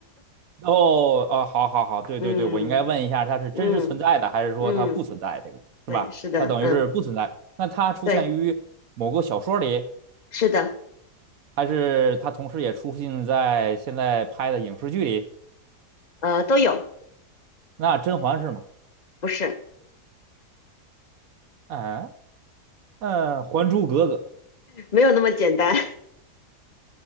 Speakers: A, on the right (about 65°); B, on the left (about 55°).
A: 哦哦，好好好，
B: <laughs>
A: 对对对，
B: 嗯
A: 我应该问一下，她是真实存在的，
B: 嗯
A: 还是说她不存在？
B: 嗯，
A: 这个是吧？
B: 对，是的，
A: 她等于是不存在。
B: 嗯，
A: 那她出现于某个小说里，
B: 对，是的，
A: 还是她同时也出现在现在拍的影视剧里？
B: 呃，都有，
A: 那甄嬛是吗？
B: 不是，
A: 啊，呃，《还珠格格》
B: 没有那么简单，